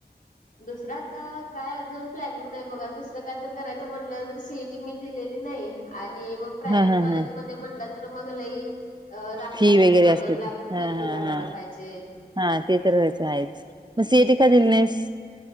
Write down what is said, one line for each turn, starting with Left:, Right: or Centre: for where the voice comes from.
Left: दुसरं आता काय अजून प्लॅनिंग नाही बघा दुसरं काय तर करायचं म्हटलं तर सीट ती मी दिलेली नाही आणि मग प्रायव्हेट
Right: हा हा
Left: कॉलेज
Right: हा
Left: मध्ये म्हणलं तर मग लई अ लाख,
Right: फी
Left: लाख
Right: वगैरे
Left: आणि दोन,
Right: असते
Left: दोन
Right: ती.
Left: लाख रुपये
Right: हा
Left: फी
Right: हा
Left: घालायला
Right: हा
Left: पाहिजे
Right: हा ते तर व्हायचं आहेच म सीएटी का दिली नाइस